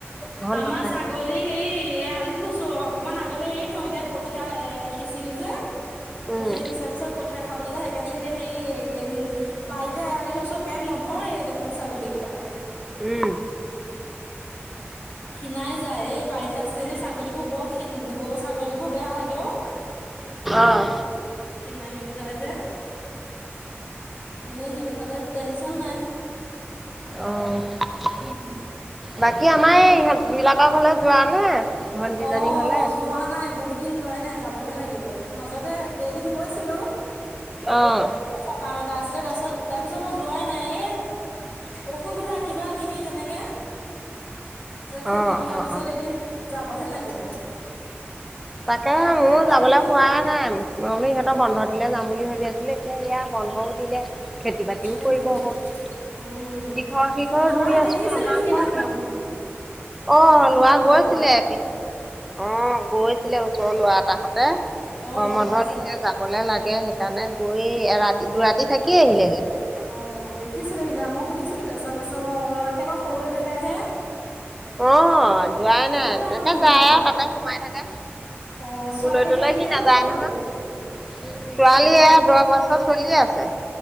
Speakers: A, in the centre; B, on the left (about 55°).
A: ঘৰত
B: আমাৰ
A: নাথাকে
B: ছাগলী হেৰি এৰাল দি থৈছোঁ <unintelligible> অকমান আগতে এৰি থওঁ। এতিয়া কঠীয়া এ সিঁচিলো যে,
A: উম
B: কঠীয়া সিঁচাৰ পিছত কঠীয়া খাবলৈ যায় সে এয়াতে এতিয়া হেৰি <unintelligible> উম, বাৰীতে এৰাল দি থৈছোঁ। পেট নভৰেই দেখোন ছাগলীকেইটাৰ।
A: উম
B: ক্ষীণাই যায়। এই বাৰীত <unintelligible> জনীও ছাগলীবোৰ বৰ ক্ষীণ, গৰু-ছাগলীবোৰ বেয়া লাগে অ'।
A: অঁ
B: ক্ষীণাই মেলি যায় যে। এনে হেৰি হ'লে টেনচন নাই।
A: অ',
B: উম
A: বাকী আমাৰ এই ইহঁত বিলাকৰ ঘৰলৈ যোৱা নে ভণ্টিজনী
B: অ',
A: ঘৰলৈ
B: যোৱা নাই, বহুত দিন যোৱাই নাই! যাবহে লাগিব। মাজতে এদিন গৈছিলোঁ।
A: অঁ
B: সকাম এটা আছিলে, তাৰপিছত-তাৰপিছত বাৰু যোৱাই নাই। এই অসুবিধা কিবা-কিবি তেনেকে। <unintelligible> খেতি
A: অঁ
B: উঠা
A: অঁ
B: পিছ <unintelligible> ছত
A: অঁ
B: এদিন যাবহে লাগিব।
A: তাকেহে
B: এৰাতি
A: মোৰ
B: থাকি
A: যাবলৈ
B: আহিলো
A: হোৱাই নাই। মই বোলোঁ ইহঁতৰ বন্ধ দিলে যাম বুলি ভাবি আছোঁ। বোলে এতিয়া এয়া বন্ধও দিলে। খেতি-বাতিও
B: তাকেহে
A: কৰিব হ'ল।
B: উম
A: ইঘৰ-সিঘৰ
B: লৰাক
A: ৰুই আছোঁ।
B: দেখিছিলো
A: আমাৰ
B: সিদিনাখন
A: আকৌ হেৰি অ'
B: আপোনালোকৰ
A: লোৱা গৈছিলে
B: লৰাক
A: এ <unintelligible> অ', গৈছিলে ওচৰৰ ল'ৰা এটা সৈতে।
B: অ
A: গৰম বন্ধ
B: তাৰপিছত
A: দিছে যাবলে লা গে সেইকাৰণে গৈয়ে এৰাতি-দুৰাতি থাকি আহিলেগে।
B: অ দেখিছিলো সিদিনা মই সুধিছিলোঁ ছবছৰ <unintelligible> একেবাৰে সৰুতে দেখাহে।
A: অ', যোৱাই
B: বহুত
A: নাই।
B: ডাঙৰ
A: তেনেকে
B: হ'ল
A: যায়
B: ল'ৰা
A: আৰু তাতে সোমাই থাকে।
B: অ ছোৱালী
A: অলৈ-তলৈ
B: সেই
A: সি
B: কেইবছৰ
A: নাযায় নহয়।
B: হ'ল
A: ছোৱালী
B: কেইবছৰ
A: এয়া
B: হ'ল
A: দহ বছৰ চলিয়ে আছে।